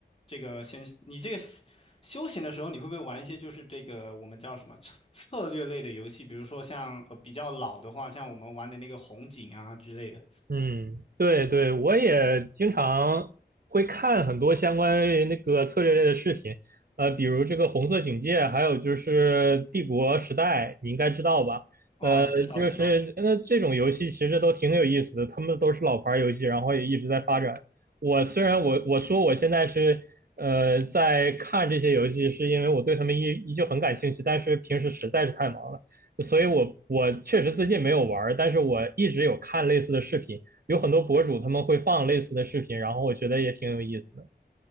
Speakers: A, on the left (about 35°); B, on the right (about 60°).
A: 这个先你这个休休闲的时候，你会不会玩一些就是这个我们叫什么策策略类的游戏？比如说像呃比较老的话，像我们玩的那个红警啊之类的。
B: 嗯，对对，我也经常会看很多相关于那个策略类的视频，呃，比如这个《红色警戒》，还有就是《帝国时代》，你应该知道吧？
A: 哦，
B: 呃，
A: 知道知道。
B: 就是那这种游戏其实都挺有意思的，他们都是老牌游戏，然后也一直在发展。我虽然我我说我现在是呃在看这些游戏，是因为我对他们依依旧很感兴趣，但是平时实在是太忙了。所以我我确实最近没有玩儿，但是我一直有看类似的视频，有很多博主他们会放类似的视频，然后我觉得也挺有意思的。